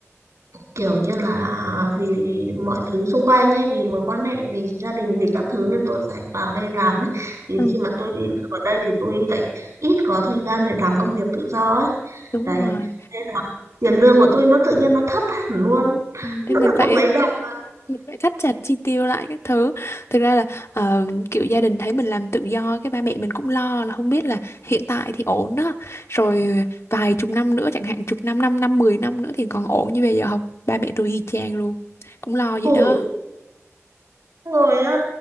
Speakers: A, on the right; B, on the left.
A: kiểu như là à, vì mọi thứ xung quanh ấy vì mối quan hệ vì gia đình vì các thứ nên tôi phải vào đây làm ấy thì
B: ừ,
A: khi mà tôi đi làm ở đây thì tôi lại ít có thời gian để làm công việc tự do ấy
B: đúng
A: đấy
B: rồi.
A: thế là tiền lương của tôi nó tự nhiên nó thấp hẳn luôn
B: Ừ, Thế
A: nó
B: mình
A: được
B: phải
A: có mấy đồng à.
B: phải thắt chặt chi tiêu lại các thứ thực ra là ờ, kiểu gia đình thấy mình làm tự do cái ba mẹ mình cũng lo là không biết là hiện tại thì ổn đó rồi vài chục năm nữa chẳng hạn chục năm năm năm mười năm nữa thì còn ổn như bây giờ không ba mẹ tôi y chang luôn cũng lo vậy
A: ủi
B: đó
A: rồi á